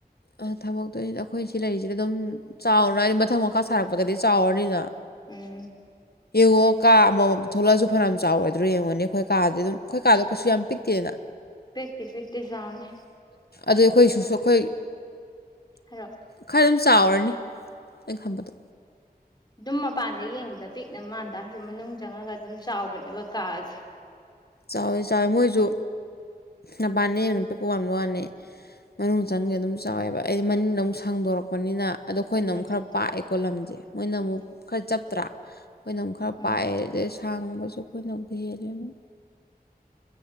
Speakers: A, on the left; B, on the left.
A: ꯑꯥ ꯊꯝꯃꯛꯇꯣꯏꯅꯦ ꯑꯩꯈꯣꯏ ꯁꯤ ꯂꯩꯔꯤꯁꯤꯗ ꯑꯗꯨꯝ ꯆꯥꯎꯔ ꯍꯥꯏꯗꯤ ꯃꯊꯪ ꯃꯈꯥ ꯁꯥꯔꯛꯄꯗꯗꯤ ꯆꯥꯎꯔꯅꯤꯅ
B: ꯎꯝ
A: ꯏꯉꯣ ꯀꯥꯃꯃ ꯊꯣꯛꯂꯛꯑꯁꯨ ꯐꯅꯌꯥꯝ ꯆꯥꯎꯔꯣꯏꯗ꯭ꯔꯣ ꯌꯦꯡꯉꯣꯅꯦ ꯑꯩꯈꯣꯏ ꯀꯥꯗꯗꯤ ꯑꯗꯨꯝ ꯑꯩꯈꯣꯏ ꯀꯥꯗꯣ ꯀꯩꯁꯨ ꯌꯥꯝ ꯄꯤꯛꯇꯦꯅ
B: ꯄꯤꯛꯇꯤ ꯄꯤꯛꯇꯤ ꯆꯥꯎꯅꯤ
A: ꯑꯗꯨ ꯑꯩꯈꯣꯏ ꯑꯩꯈꯣꯏ
B: ꯍꯛ
A: ꯈꯔ ꯑꯗꯨꯝ ꯆꯥꯎꯔꯅꯤ ꯑꯩ ꯈꯝꯕꯗꯣ
B: ꯑꯗꯨꯝ ꯃꯄꯥꯟꯗ ꯌꯦꯡꯕꯗ ꯄꯤꯛꯅ ꯃꯥꯟ ꯇꯔꯁꯨ ꯃꯅꯨꯡ ꯆꯪꯉꯒ ꯑꯗꯨꯝ ꯆꯥꯎꯕꯅꯦꯕ ꯀꯥꯁꯦ
A: ꯆꯥꯎꯋꯤ ꯆꯥꯎꯋꯦ ꯃꯣꯏꯁꯨ ꯃꯄꯥꯟꯅꯤ ꯅꯨꯄꯤꯦꯛꯄ ꯋꯥꯕ ꯋꯥꯅꯤ ꯃꯅꯨꯡ ꯆꯪꯁꯦ ꯑꯗꯨꯝ ꯆꯥꯎꯋꯦꯕ ꯑꯩꯗꯤ ꯃꯅꯤꯡꯗ ꯑꯃꯨꯛ ꯁꯥꯡꯗꯣꯔꯛꯄꯅꯤꯅ ꯑꯗꯣ ꯑꯩꯈꯣꯏꯅ
B: ꯎꯝ
A: ꯑꯃꯨꯛ ꯈꯔ ꯄꯥꯛꯑꯦꯀꯣ ꯂꯝꯁꯦ ꯃꯣꯏꯅ ꯑꯃꯨꯛ
B: ꯎꯝ
A: ꯈꯔ ꯆꯞꯄ꯭ꯔꯥ ꯑꯩꯈꯣꯏꯅ ꯑꯃꯨꯛ ꯈꯔ
B: ꯎꯝ
A: ꯄꯥꯛꯑꯦ ꯑꯗꯩ ꯁꯥꯡꯕꯁꯨ ꯑꯩꯈꯣꯏꯅ ꯎꯗꯤ ꯍꯦꯜꯂꯦ ꯑꯃ